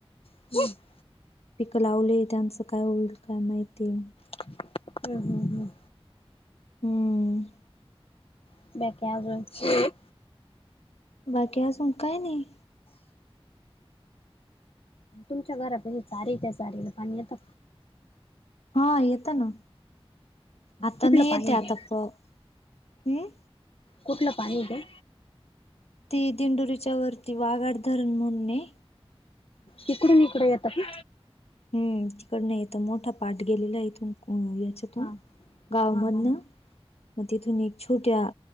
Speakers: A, on the left (about 65°); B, on the left (about 80°).
A: <unintelligible>
B: पिकं लावले त्यांचं काय होईल काय माहिती.
A: हम्म हम्म हम्म.
B: हम्म.
A: <unintelligible>
B: बाकी आजुन काय नाही.
A: तुमच्या घराप सारी त्या सारीला पाणी येतं.
B: हा येत ना आता
A: कुठलं
B: नाही
A: पाणी
B: येते आता
A: ते?
B: प हम्म.
A: कुठलं पाणी ये ते.
B: ते दिंडोरीच्या वरती वाघाड धरण म्हणुणे
A: तकडून मी इकडे येत का.
B: हम्म तिकड नाहीेत मोठा पाठ गेलेला आहे इथून या इथून
A: हा हा
B: गावामधनं
A: हा हम्म
B: म तिथून ये छोट्या